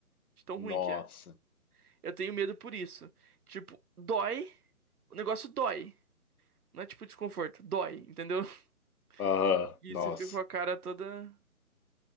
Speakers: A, on the right (about 80°); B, on the left (about 75°).
A: De tão
B: Nossa.
A: ruim que é. Eu tenho medo por isso. Tipo, dói. O negócio dói. Não é tipo desconforto. Dói, entendeu? <laughs>
B: Aham,
A: E
B: nossa.
A: você fica com a cara toda.